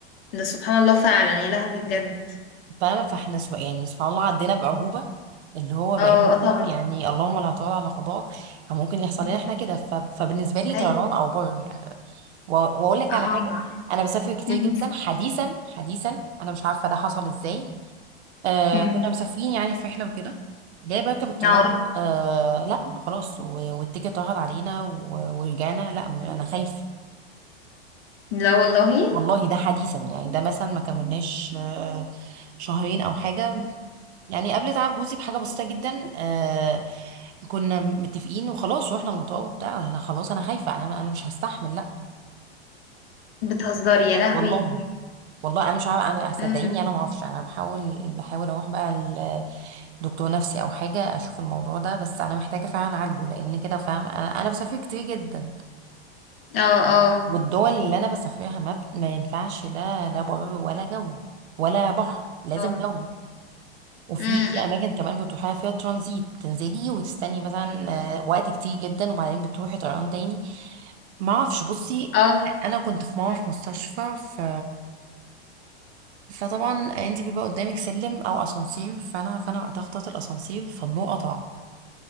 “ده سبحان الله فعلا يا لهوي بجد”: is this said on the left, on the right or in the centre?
Left